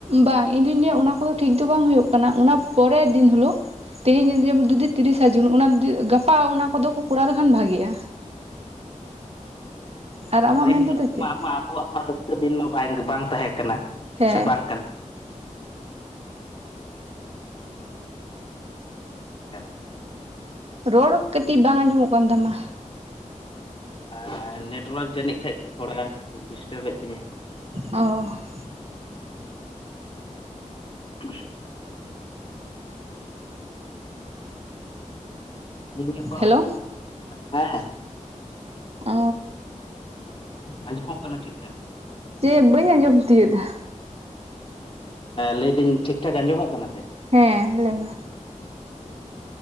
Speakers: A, on the right; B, on the left.
A: ᱵᱟᱝ ᱤᱧᱫᱩᱧ ᱞᱟᱹᱭᱟ ᱚᱱᱟ ᱠᱚᱫᱚ ᱴᱷᱤᱠ ᱫᱚ ᱵᱟᱝ ᱦᱳᱭᱳᱜ ᱠᱟᱱᱟ᱾ ᱚᱱᱟ ᱯᱚᱨᱮᱨ ᱫᱤᱱ ᱦᱤᱞᱳᱜ ᱛᱮᱦᱮᱧ ᱡᱩᱫᱤ ᱡᱮᱢᱚᱱ ᱛᱤᱨᱤᱥᱟ ᱡᱩᱱ ᱚᱱᱟ ᱜᱟᱯᱟ ᱚᱱᱟ ᱠᱚᱫᱚ ᱠᱚ ᱠᱚᱨᱟᱣ ᱞᱮᱠᱷᱟᱱ ᱵᱷᱟᱜᱮᱜᱼᱟ᱾ ᱟᱨ
B: ᱠᱟᱨᱚᱱ
A: ᱟᱢᱟᱜ
B: ᱮᱱᱦᱤᱞᱳᱜ
A: ᱢᱮᱱ ᱛᱮᱫᱚ ᱪᱮᱫ
B: ᱢᱟ ᱟᱵᱚᱣᱟᱜ ᱢᱟ ᱨᱟᱹᱥᱠᱟᱹ ᱫᱤᱱ ᱢᱟ ᱵᱟᱭ ᱵᱟᱝ ᱛᱟᱦᱮᱸ ᱠᱟᱱᱟ
A: ᱦᱮᱸ
B: ᱥᱮ ᱵᱟᱝ ᱠᱟᱱᱟ᱾ ᱪᱟᱞᱟᱜ
A: ᱨᱚᱲ ᱠᱟᱹᱴᱤᱡ ᱵᱟᱝ ᱟᱸᱡᱚᱢᱚᱜ ᱠᱟᱱ ᱛᱟᱢᱟ᱾
B: ᱟᱨ ᱱᱮᱴᱚᱣᱟᱨᱠ ᱡᱟᱹᱱᱤᱡ ᱠᱷᱟᱱ ᱛᱷᱚᱲᱟ ᱰᱤᱥᱴᱟᱵ ᱮᱫ ᱛᱤᱧᱟᱹᱭ᱾
A: ᱚ᱾
B: <unintelligible> ᱛᱤᱦᱤᱧ ᱜᱟᱯᱟ
A: ᱦᱮᱞᱳ
B: ᱦᱮᱸ
A: ᱚ
B: ᱟᱸᱡᱚᱢᱚᱜ ᱠᱟᱱᱟ ᱴᱷᱤᱠᱴᱷᱟᱠ᱾
A: ᱪᱮᱫ ᱵᱟᱹᱧ ᱟᱸᱡᱚᱢ ᱛᱤᱭᱟᱹᱜ ᱮᱫᱟ᱾
B: ᱞᱟᱹᱭ ᱮᱫᱟᱹᱧ ᱴᱷᱤᱠ ᱴᱷᱟᱠ ᱟᱸᱡᱚᱢᱚᱜ ᱠᱟᱱᱟ ᱥᱮ
A: ᱦᱮᱸ ᱞᱟᱹᱭ ᱢᱮ᱾
B: ᱦᱮᱸ ᱦᱮᱸ᱾